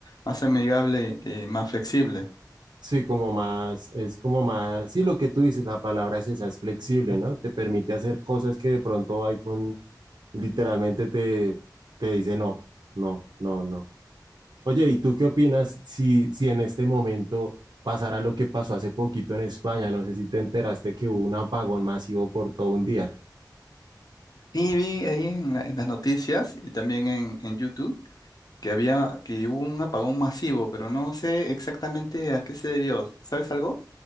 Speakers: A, on the left; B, on the right.
A: más amigable, eh, más flexible.
B: Sí, como más, es como más, sí, lo que tú dices, la palabra es esa, es flexible, ¿no? Te permite hacer cosas que de pronto iPhone literalmente te, te dice no, no, no, no. Oye, ¿y tú qué opinas si, si en este momento pasará lo que pasó hace poquito en España. No sé si te enteraste que hubo un apagón masivo por todo un día.
A: Y vi ahí en, la- en las noticias y también en, en YouTube que había, que hubo un apagón masivo, pero no sé exactamente a qué se debió, ¿sabes algo?